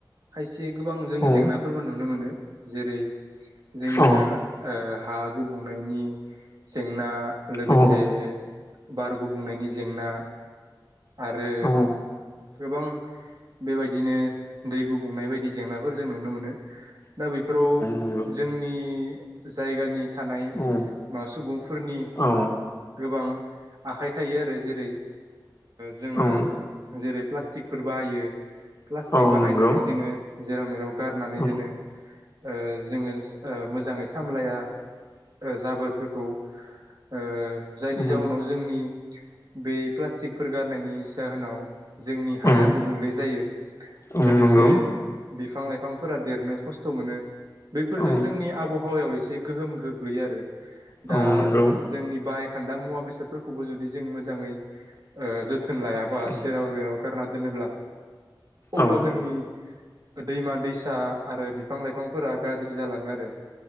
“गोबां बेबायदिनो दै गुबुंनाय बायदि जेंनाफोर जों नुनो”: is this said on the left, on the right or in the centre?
Right